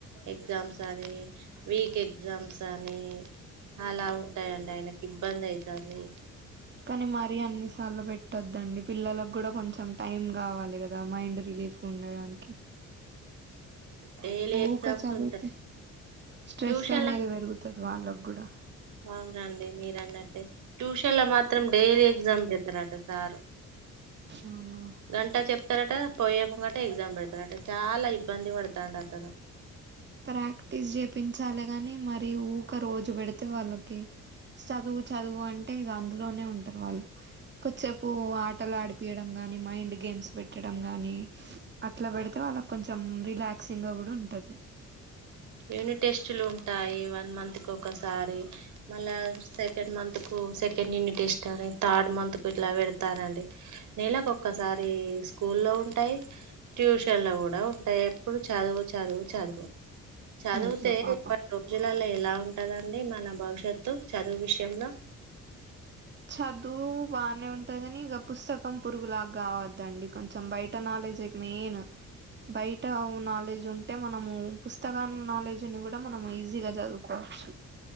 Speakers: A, on the right (about 75°); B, on the right (about 35°).
A: ఎగ్జామ్స్ అని వీక్ ఎగ్జామ్స్ అని. అలా ఉంటాయిండి ఆయనకి ఇబ్బంది అయితాంది.
B: కానీ మరీ అన్నిసార్లు పెట్టొద్దండి పిల్లలకు కూడా కొంచెం. కొంచెం టైం కావాలి కదా మైండ్ రిలీఫ్ ఉండడానికి.
A: డైలీ ఎగ్జామ్స్
B: ఊక చదివితే
A: ఉంటాయి
B: స్ట్రెస్
A: ట్యూషన్ల
B: అనేది పెరుగుతాది వాళ్ళకి కూడా.
A: అవునండి మీర అన్నట్టే ట్యూషన్ల మాత్రం. మాత్రం డైలీ ఎగ్జామ్ పెడతారట సారు
B: అవునా
A: గంట చెప్. ఇస్తారట పోయేమింగటె ఎగ్జామ్ పెడతారట చాలా ఇబ్బంది పడతాందు అతను.
B: ప్రాక్టీస్ చేపించాలి గాని మరి ఊక రోజు పెడితే వాళ్ళకి. చదువు చదువు అంటే ఇక అందులోనే ఉంటారు. వాళ్ళు కొద్దిసేపు ఆటలు ఆడిపీ యడం. నీ మైండ్ గేమ్స్ పెట్టడం గాని అట్లా పెడితే వాళ్ళ కొంచెం రిలాక్సింగ్ గా కూడా ఉంటాది. <inaudible>
A: యూనిట్ టెస్ట్లు ఉంటాయి. వన్ మంత్ కి ఒకసారి. మళ్ళా సెకండ్ మంత్ కు. సెకండ్ యూనిట్ ఎస్ట్ అని థర్డ్ మంత్ కు ఇలా పెడతారండి నెలకు ఒక్కసారి. స్కూ లో ఉంటాయి. ట్యూషన్ లో కూడా ఉంటాయి ఎప్పుడు. చదువు చదువు చదువు చదివితే
B: అయ్యో పాపం
A: ఇప్పటి రోజులలో ఎలా ఉంటద? అండి మన భవిష్యత్తు చదువు విషయంలో.
B: చదువు బానే ఉంటుది కానీ ఇక పుస్తకం పురుగులాగా కావద్దండి కొంచెం బయట నాలెడ్జ్ ఎక్ మెయిన్. బయట నాలెడ్జ్ ఉంటే మనము పుస్తకాల నాలెడ్జ్ని కూడా మనం ఈజీగా చదువుకోవాలి. ప్చ్